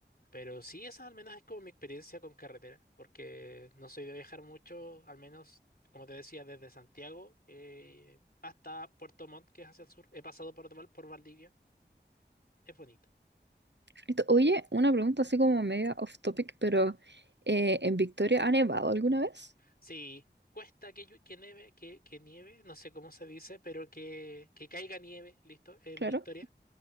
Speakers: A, on the left; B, on the right.
A: Pero sí, esa al menos es como mi experiencia con carretera, porque no soy de viajar mucho, al menos, como te decía, desde Santiago eh, hasta Puerto Montt, que es hacia el sur. He pasado por, Val- por Valdivia, es bonito.
B: Listo. Oye, una pregunta así como media off topic, pero eh, ¿en Victoria ha nevado alguna vez?
A: Sí, cuesta que, llu- que nieve, que, que nieve, no sé cómo se dice, pero que, que caiga nieve, listo, en
B: Claro.
A: Victoria.